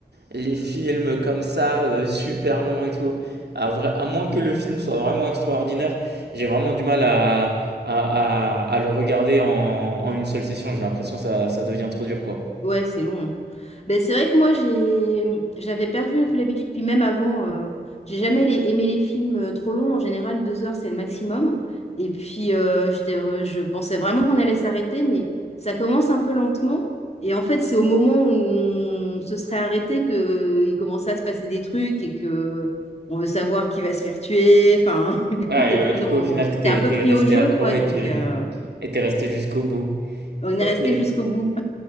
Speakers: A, on the right; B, on the left.
A: Les films comme ça, heu, super longs et tout, à vrai à moins
B: mm,
A: que
B: mm.
A: le film soit vraiment extraordinaire, j'ai vraiment du mal à à à à le regarder en en une seule session. J'ai l'impression que ça ça devient trop dur, quoi.
B: Ouais, c'est long. hein. Ben, c'est vrai que moi, j'ai... mm, j'avais perdu un peu l'habitude. Puis même avant, euh, j'ai jamais les- aimé les films euh, trop longs. En général, deux heures, c'est le maximum. Et puis, euh, j'étais- euh, je pensais vraiment qu'on allait s'arrêter, mais ça commence un peu lentement. Et en fait, c'est au moment où on se serait arrêté que il commençait à se passer des trucs et que on veut savoir qui va se faire tuer. Enfin, <laughs> du
A: Ah
B: coup, t'es
A: et heu,
B: pris
A: du
B: dans...
A: coup, au final, t'étais
B: t'es un
A: étais
B: peu pris
A: resté
B: au jeu,
A: accro
B: quoi.
A: et
B: Donc,
A: tu,
B: euh,
A: mmh et tu resté jusqu'au bout.
B: on est
A: OK
B: resté jusqu'au bout.